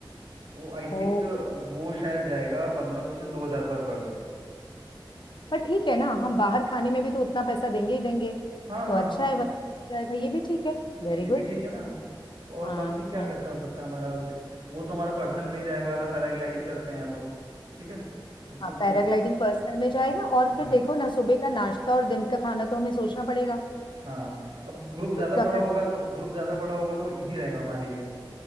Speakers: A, on the right; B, on the left.
A: वो आई
B: ओ
A: थिंक वो शायद जाएगा पंद्रह सौ से दो हज़ार पर पर्सन
B: पर ठीक है ना हम बाहर खाने में भी तो उतना पैसा देंगे ही देंगे
A: हाँ
B: तो
A: हाँ
B: अच्छा है बच जाएगा ये भी ठीक है Very
A: ये
B: good
A: भी ठीक है ना और
B: हाँ
A: बाकी क्या
B: हम्म
A: खर्चा हो सकता है हमारा ज- वो तो हमारा पर्सनल में ही जाएगा अगर पैराग्लाइडिंग करते हैं तो ठीक है उसमें
B: हाँ
A: तो
B: पैराग्लाइडिंग
A: वो-
B: पर्सनल में जाएगा और
A: हाँ
B: फिर देखो ना सुबह का नाश्ता और दिन का खाना तो हमें सोचना पड़ेगा
A: हाँ अब ग्रुप ज़्यादा
B: उसका
A: बड़ा
B: खर्चा
A: होगा तो ग्रुप ज़्यादा बड़ा होगा तो इजी रहेगा हमारे लिए